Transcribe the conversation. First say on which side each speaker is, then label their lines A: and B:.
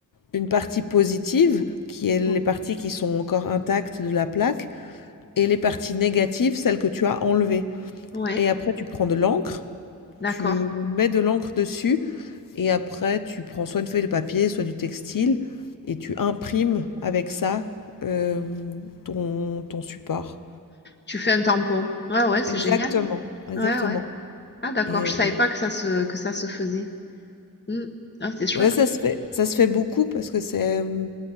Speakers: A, on the left; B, on the left.
A: une partie positive, qui est les
B: Oui.
A: parties qui sont encore intactes de la plaque, et les parties négatives, celles que tu as enlevées.
B: Ouais,
A: Et après tu prends de l'encre,
B: d'accord.
A: tu mets de l'encre dessus, et après tu prends soit une feuille de papier, soit du textile, et tu imprimes avec ça euh, ton, ton support.
B: Tu fais un tampon. Ouais, ouais, c'est
A: Exactement,
B: génial.
A: exactement.
B: Ouais, ouais. Ah, d'accord,
A: Et
B: je
A: euh,
B: savais pas que ça se, que ça se faisait. Hmm. Ah, c'est chouette.
A: ouais, ça se fait, ça se fait beaucoup parce que c'est... euh,